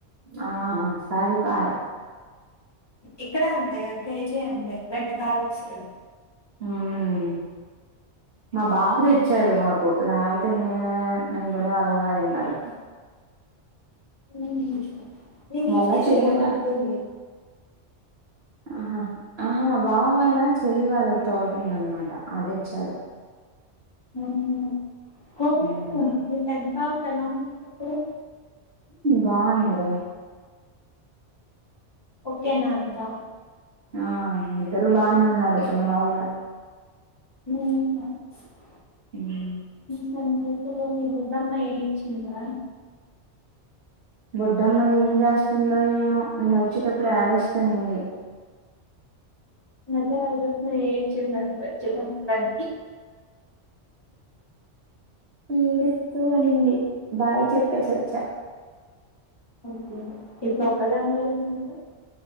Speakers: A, on the right; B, on the left.
A: ఆ సరిపాయ
B: ఇక్కడ అంతేగా ట్రై చేయండి రెండుతాలు వస్తాయ్
A: ఉమ్ మా బాబు తెచ్చాడు మా కు లేకపోతే మే మేము కొనేవాళ్ళం కాదు ఏంకాదు
B: ఉహూమ్మ్ నేనిస్తేగా
A: వాళ్ళ చెల్లి
B: కొనుక్కుంది
A: వాళ్ళ ఆహా ఆహా మాబావ వాళ్ళ చెల్లి వాళ్ళ తోటుందనమాట అడ తేచ్చారు <inaudible>
B: ఉహూమ్మ్ అవును
A: హ్మ్
B: మీ పెద్ద బావకి ఎలా ఉంది ఇప్పుడు
A: బాగుందిరా
B: ఓకేనా అంతా
A: ఆ ఇద్దరు బానే ఉన్నారు చిన్న బావ కూడా
B: <unintelligible>
A: ఉమ్మ్
B: త ముసలోల బుడ్డమ్మ ఏడ్చిందా
A: బొడ్డమ్మ ఏం చేస్తుందో ఏమో నేనోచ్చేటప్పుడు ఏడుస్తునింది
B: <unintelligible> ఏడ్చింది అన్లేదు చేద్దాం రండి
A: ఏడిస్తూ ఉనింది బాయ్ చెప్పేసి వచ్చా
B: ఓకే ఈ తొక్క లాంగ్వేజ్ ఏముంది